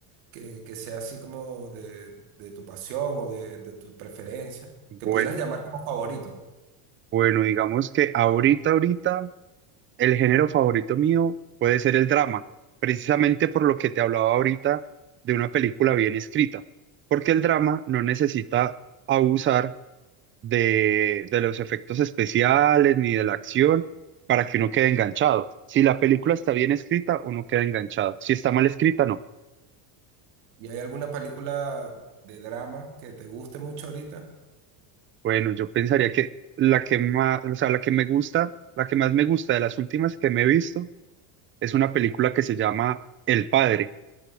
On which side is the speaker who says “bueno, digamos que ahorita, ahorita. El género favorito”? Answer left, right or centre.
Right